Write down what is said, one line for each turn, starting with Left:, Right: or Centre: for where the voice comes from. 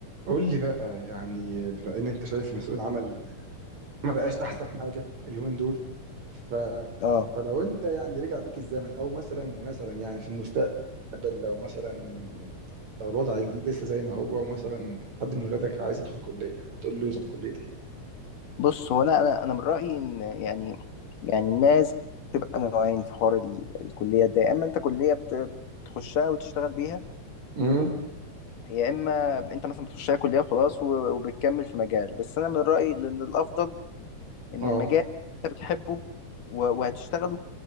Right: قول لي بقى يعني بما ان انت شايف ان سوق العمل ما بقاش احسن حاجه اليومين دول ف...
Left: اه
Right: فلو انت يعني رجع بيك الزمن او مثلا مثلا يعني في المستقبل لو مثلا لو الوضع لسه زي ما هو ومثلا حد من ولادك عايز يدخل كليه هتقول له يدخل كليه ايه؟
Left: بص هو انا انا انا من رايي ان يعني يعني الناس بتبقى نوعين في حوار ال- الكليه ده يا اما انت كليه بت- بتخشها وتشتغل بيها
Right: امم
Left: يا اما انت مثلا بتخشها كليه وخلاص و- وبتكمل في مجال بس انا من رايي ان الافضل ان
Right: اه
Left: المجال اللي انت بتحبه و- وهتشتغله